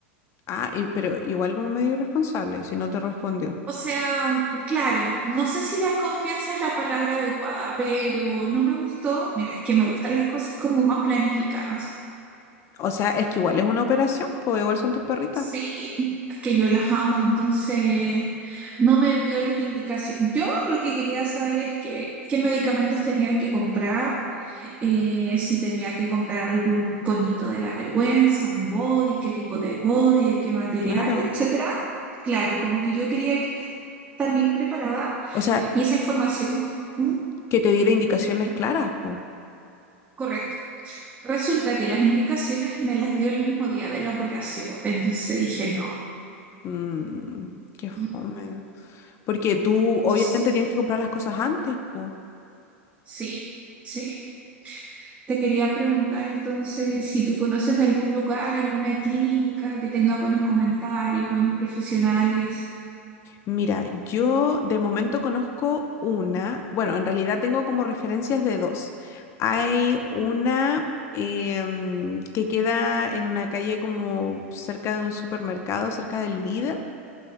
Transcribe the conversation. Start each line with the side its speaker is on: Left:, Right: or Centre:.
Left: Ah, y- pero igual como medio irresponsable si no te respondió.
Right: O sea, claro, no sé si desconfianza es la palabra adecuada, pero no me gustó. Mira, es que me gustan las cosas como más planificadas.
Left: O sea, es que igual es una operación, pues igual son tus perritas.
Right: Sí, es que yo las amo, entonces no me dio las indicaciones. Yo lo que quería saber es que, qué medicamentos tenía que comprar, eh, si tenía que comprar algún conito de la vergüenza, un body, qué tipo de body, de qué material,
Left: Claro.
Right: etcétera. Claro, como que yo quería que- estar bien preparada
Left: O sea,
Right: y esa información, mm,
Left: que te diera indicaciones
Right: sí,
Left: claras, pues.
Right: correcto. Resulta que las indicaciones me las dio el mismo día de la operación, entonces dije no.
Left: Mmm, qué fome.
Right: mm,
Left: Porque tú obviamente
Right: Entonces,
Left: tienes que comprar las cosas antes, pues.
Right: Sí, sí. Te quería preguntar entonces si tú conoces de algún lugar, alguna clínica que tenga buenos comentarios, buenos profesionales.
Left: Mira, yo de momento conozco una, bueno, en realidad tengo como referencias de dos. Hay una em, que queda en una calle como cerca de un supermercado, cerca del líder.